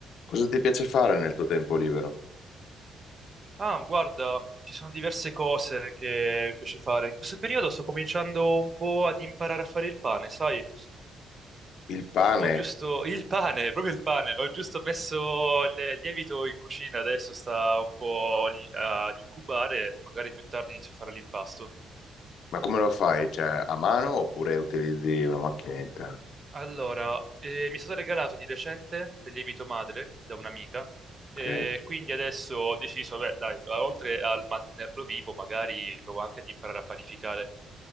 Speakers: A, on the left; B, on the right.
A: Cosa ti piace fare nel tuo tempo libero?
B: Ah, guarda, ci sono diverse cose che mi piace fare. In questo periodo sto cominciando un po' ad imparare a fare il pane, sai?
A: Il pane,
B: Ho giusto il pane, <laughs> proprio il pane. Ho giusto messo il lievito in cucina, adesso sta un po' lì ad incubare, magari più tardi inizio a fare l'impasto.
A: ma come lo fai? Cioè, a mano oppure utilizzi una macchinetta?
B: Allora, eh, mi è stato regalato di recente del lievito madre da un'amica. E
A: Ok.
B: quindi adesso ho deciso, beh, dai, oltre al mantenerlo vivo, magari provo anche ad imparare a panificare.